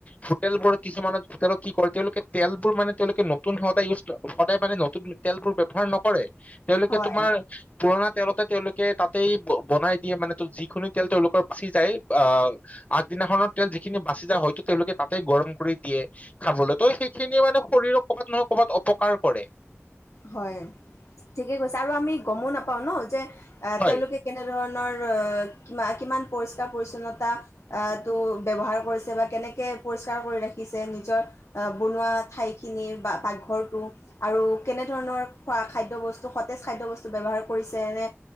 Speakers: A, on the left; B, on the left.
A: হোটেলবোৰত, কিছুমানত হোটেলত কি কৰে, তেওঁলোকে তেলবোৰ মানে, তেওঁলোকে নতুন সদায় ইউজ, সদায় মানে নতুন তেলবোৰ ব্যৱহাৰ নকৰে। তেওঁলোকে
B: হয়
A: তোমাৰ পুৰণা তেলতে তেওঁলোকে তাতেই বনাই দিয়ে, মানে যিখিনি তেল তেওঁলোকৰ বাচি যায়, অঁহ, আগদিনাখনৰ তেল যিখিনি বাচি যায়, হয়তো তেওঁলোকে তাতেই গৰম কৰি দিয়ে, খাবলৈ। ত' সেইখিনিয়ে মানে শৰীৰৰ ক'বাত নহয় ক'ৰবাত অপকাৰ কৰে।
B: হয়! ঠিকে কৈছে আৰু আমি গমোঁ নাপাও ন, যে অঁহ
A: হয়।
B: তেওঁলোকে কেনেধৰণ ৰ অ' কিমান পৰিষ্কাৰ পৰিচ্ছন্নতা টো ব্যৱহাৰ কৰিছে বা কেনেকে পৰিষ্কাৰ কৰি ৰাখিছে, নিজৰ বনোৱা ঠাইখিনিৰ বা পাকঘৰটো, আৰু কেনে ধৰণৰ খোৱা খাদ্য বস্তু, সতেজ খাদ্য বস্তু ব্যৱহাৰ কৰিছে নে